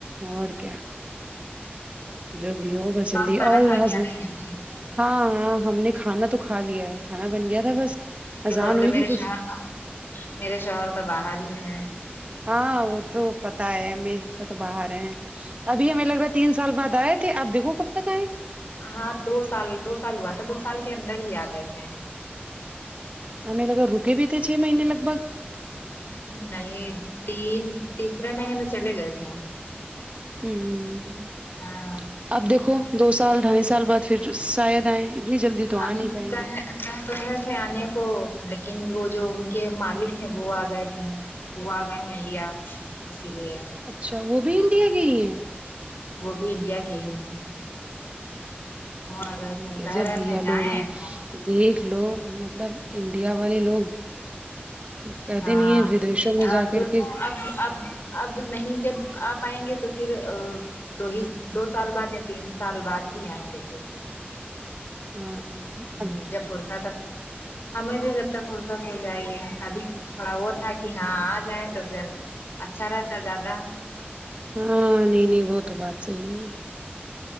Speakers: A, on the right (about 30°); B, on the left (about 65°).
A: اور کیا جو بھی ہو بس جلدی
B: کھانا
A: اور
B: کھا لیا
A: ہس
B: نہیں ابھی
A: ہاں ہاں ہم نے کھانا تو کھا لیا ہے کھانا بن گیا تھا بس
B: جی
A: اذان
B: وہ
A: ہوئی
B: تو
A: تھی
B: میرے شوہر میرے شہر تو باہر ہی ہیں
A: ہاں وہ تو پتا ہے ہمیں وہ تو باہر ہیں ابھی ہمیں لگ رہا تین سال بعد آئے تھے اب دیکھو کب تک آئیں
B: ہاں دو سال دو سال ہوا تھا دو سال کے اندر ہی آگئے تھے
A: ہمیں لگا رکے بھی تھے چھ مہینے لگ بھگ
B: نہیں تین تیسرے مہینے میں چلے گئے تھے
A: ہوں
B: ہاں
A: اب دیکھو دو سال ڈھائی سال بعد پھر شاید آئیں اتنی جلدی تو آ
B: ابھی
A: نہیں پائیں
B: کا
A: گے
B: ہے کہ تو رہے تھے آنے کو لیکن وہ جو ان کے مالک تھے وہ آگئے تھے وہ آ گئے ہیں انڈیا اسی لیے
A: اچھا وہ بھی انڈیا کے ہی ہیں
B: وہ بھی انڈیا کے ہی ہیں وہ آ گئے تھے
A: غضب
B: کہہ رہے
A: بھیا
B: تھے جائیں
A: لوگ ہیں
B: تو
A: دیکھ لو مطلب انڈیا والے لوگ کہتے
B: ہاں
A: نہیں ہیں ودیشوں میں جا
B: اب
A: کر
B: دیکھو
A: کے
B: اب اب اب نہیں جب آپ آئیں گے تو پھر آ دو ہی دو سال بعد یا تین سال بعد ہی آئیں گے پھر
A: ہاں
B: ہوں
A: اب
B: جب فرصت ہو ہمیں بھی جب تک فرصت ہو جائیگی ابھی تھوڑا وہ تھا کہ ہاں آجائیں تو پھر اچھا رہتا زیادہ
A: ہاں نہیں نہیں وہ تو بات صحیح ہے